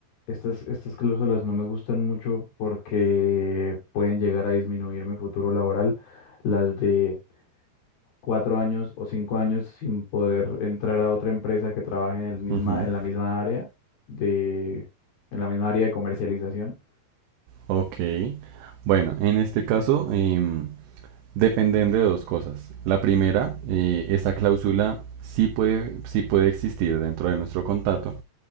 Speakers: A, on the left (about 60°); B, on the right (about 85°).
A: estas, estas cláusulas no me gustan mucho porque pueden llegar a disminuir mi futuro laboral, las de cuatro años o cinco años sin poder entrar a otra empresa que trabaje en el misma,
B: Ujú,
A: en la misma área de, en la misma área de comercialización,
B: Ok. Bueno, en este caso em, dependen de dos cosas. La primera, eh, esa cláusula sí puede, sí puede existir dentro de nuestro contrato,